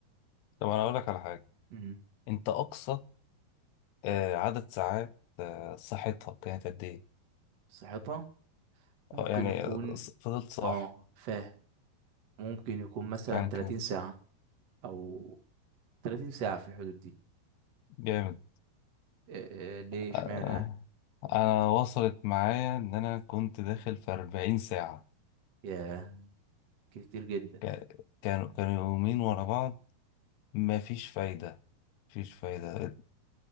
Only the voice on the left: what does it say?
طب انا اقول لك على حاجه
انت اقصى آه، عدد ساعات آه، صحتها كانت قد ايه
آه، يعني
آه، فضلت صاحي
كان
كام
جامد
آه،
انا وصلت معايا ان انا كنت داخل في 40 ساعة
ك- كانوا كانوا يومين ورا بعض مفيش فايدة مفيش فايدة